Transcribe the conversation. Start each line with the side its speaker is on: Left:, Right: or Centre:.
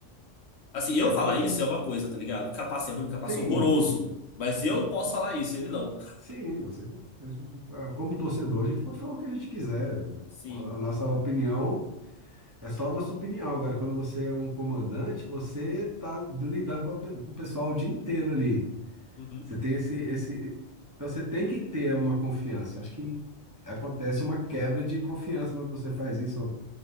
Left: Assim, eu
Right: é
Left: falar
Right: o- o-
Left: isso é uma coisa, tá ligado? O Capace é ruim, o Capace
Right: sim,
Left: é horroroso. Mas eu posso falar isso, ele não.
Right: sim, você. a gente- ah, Como torcedor, a gente pode falar o que a gente quiser.
Left: Sim.
Right: A a nossa opinião. É só a nossa opinião. Agora, quando você é um comandante, você está lidando com, a pe- com o pessoal o dia inteiro ali.
Left: Uhum.
Right: Você tem esse, esse. Então, você tem que ter uma confiança. Eu Acho que acontece uma quebra de confiança quando você faz isso.